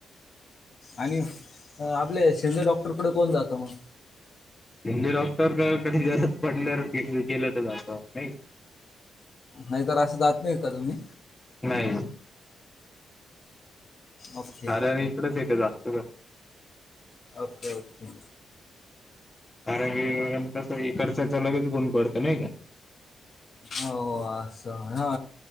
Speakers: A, on the left; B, on the left.
A: आणि आपल्या शिंदे डॉक्टरकडे कोण जातं मग?.
B: शिंदे डॉक्टरकड कधी गरज पडल्यावर गेलं तर जातो नाही.
A: नाहीतर असं जात नाही का तुम्ही?
B: नाही.
A: ओके
B: साऱ्या आणि इकडेच येते जास्त कर.
A: Okay okay.
B: कारण की कस इकडच्यांचे लगेच गुण पडतो. नाही का?
A: हो असं हा